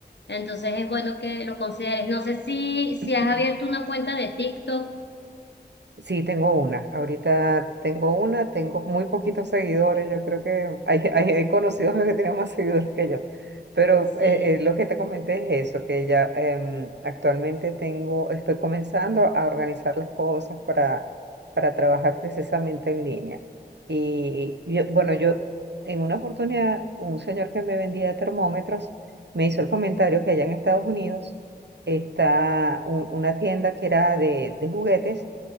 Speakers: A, on the left (about 85°); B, on the right (about 80°).
A: Entonces es bueno que lo consideres. No sé si, si has
B: Claro.
A: abierto una cuenta de TikTok.
B: Sí, tengo una. Ahorita tengo una, tengo muy poquitos seguidores. Yo creo que <laughs> hay, hay, hay conocidos míos que tienen más seguidores que yo. Pero
A: Sí.
B: eh, eh, lo que te comenté es eso, que ya em, actualmente tengo, estoy comenzando a organizar las cosas para, para trabajar precisamente en línea. Y yo- bueno, yo en una oportunidad, un señor que me vendía termómetros me hizo el comentario que allá en Estados Unidos está un- una tienda que era de de juguetes